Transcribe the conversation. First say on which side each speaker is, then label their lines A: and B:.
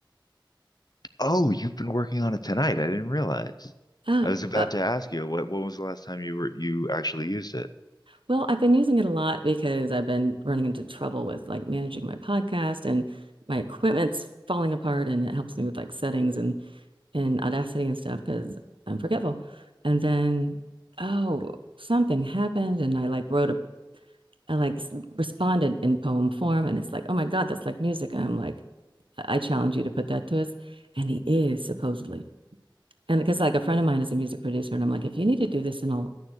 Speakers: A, on the left (about 50°); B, on the right (about 90°).
A: oh, you've been working on it tonight. I didn't realize.
B: Oh,
A: I was about
B: uh,
A: to ask you what when was the last time you were you actually used it?
B: well, I've been using it a lot because I've been running into trouble with like managing my podcast and my equipment's falling apart, and it helps me with like settings and and Audacity and stuff because I'm forgetful. And then, oh, something happened, and I like wrote a I like s- responded in poem form, and it's like, oh my God, that's like music. And I'm like, I challenge you to put that to us. And he is supposedly. And because like a friend of mine is a music producer, and I'm like, if you need to do this in all